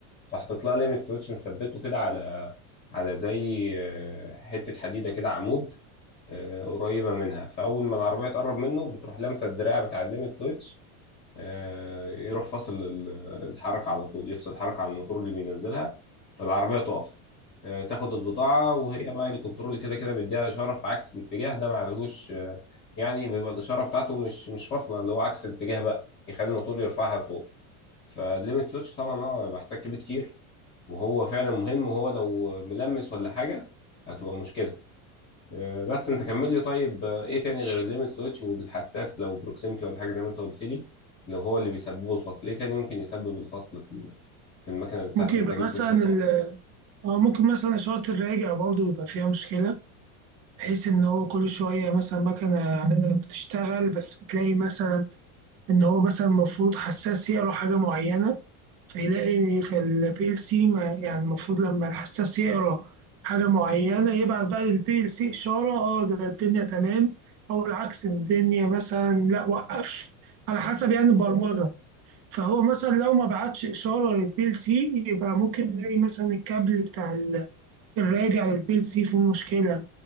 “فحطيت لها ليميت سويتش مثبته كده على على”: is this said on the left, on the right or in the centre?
Left